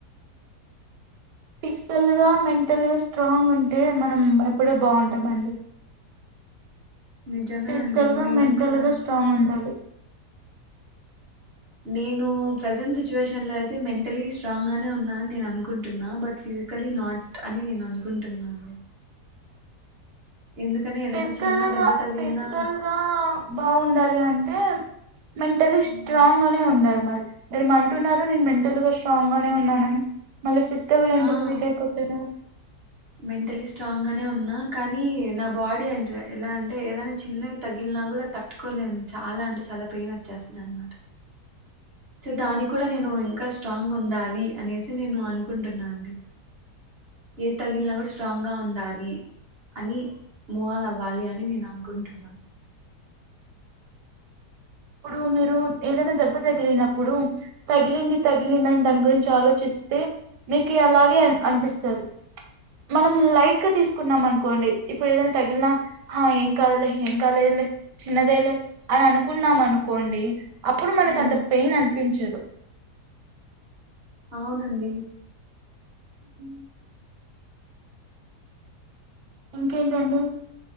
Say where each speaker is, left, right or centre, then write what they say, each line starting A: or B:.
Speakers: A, on the right (about 80°); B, on the right (about 40°).
A: ఫిజికల్గా మెంటల్గా స్ట్రాంగ్ ఉంటే మనం ఎప్పుడూ బాగుంటామండి
B: నిజమే
A: ఫిజికల్
B: అండి
A: గా
B: నేను
A: మెంటల్
B: కూడా
A: గా స్ట్రాంగ్ ఉండాలి
B: నేను ప్రజెంట్ సిచ్యువేషన్ లో అయితే మెంటలీ స్ట్రాంగ్ గానే ఉన్నాని నేను అనుకుంటున్నా బట్ ఫిజికలీ నాట్ అని నేను అనుకుంటున్నా అండి ఎందుకని ఏదైనా
A: ఫిజికల్గా
B: చిన్న దెబ్బ తగిలినా
A: ఫిజికల్గా బాగుండాలి అంటే మెంటలీ స్ట్రాంగ్
B: మ్,
A: నే ఉండాలి మీరుమంటున్నారు నేను మెంటల్ గా స్ట్రాంగ్ గానే ఉన్నానుని మళ్ళీ ఫిజికల్ గా ఎందుకు
B: ఆ
A: వీక్ అయిపోతున్నారు
B: మెంటలీ స్ట్రాంగ్ గానే ఉన్నా కానీ నా బాడీ అంటే ఎలా అంటే ఏదైనా చిన్నవి తగిలినా కూడా తట్టుకోలేను చాలా అంటే చాలా పెయిన్ వచ్చేస్తుంది అనమాట సో దానికి కూడా నేను ఇంకా స్ట్రాంగ్ ఉండాలి అనేసి నేను అనుకుంటున్నాండి ఏది తగిలినా కూడా స్ట్రాంగ్ గా ఉంది ాలి అని మోడల్ అవ్వాలి అని నేను అనుకుంటున్నా
A: ఇప్పుడు మీరు ఏదైనా దెబ్బ తగిలినప్పుడు తగిలింది తగిలింది అని దాని గురించి ఆలోచిస్తే మీకు అలాగే అనిపిస్తుంది మనం లైట్ గా తీసుకున్నాం అనుకోండి ఇప్పుడు ఏదైనా తగిలినా ఏం కాలేలే ఏం కాలేదులే చిన్నదేలే అని అనుకు న్నాం అనుకోండి అప్పుడు మనకు
B: ఉమ్
A: అంత పెయిన్ అనిపించదు
B: అవునండి
A: ఉ ఇంకేంటండి